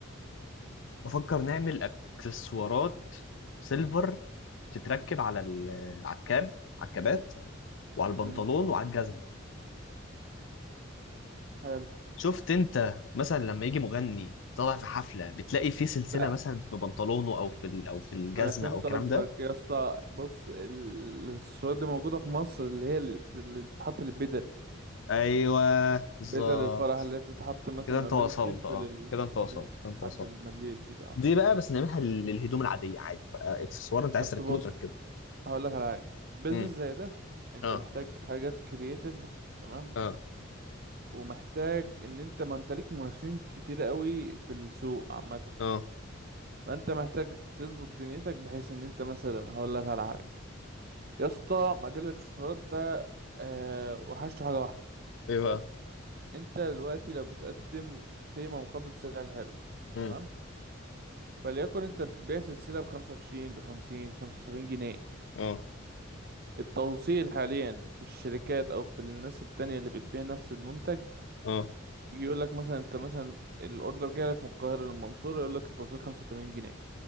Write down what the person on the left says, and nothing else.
بفكر نعمل اكسسوارات سيلفر تتركب على ال- على الكاب على الكابات وعلى البنطلون
وعلى الجزمة
شفت انت مثلا لما يجي مغني طالع في حفلة بتلاقي فيه سلسلة
مثلا في بنطلونه او في ال- او في الجزمة
او الكلام
ده
ايوه بالظبط
كده
انت
وصلت
اه
كده انت
وصلت كده انت وصلت
دي بقى بس نعملها للهدوم العادية عادي بقى اكسسوار انت عايز
تركبه
تركبه
امم.
اه
اه
اه
ايه بقى
امم
اه
اه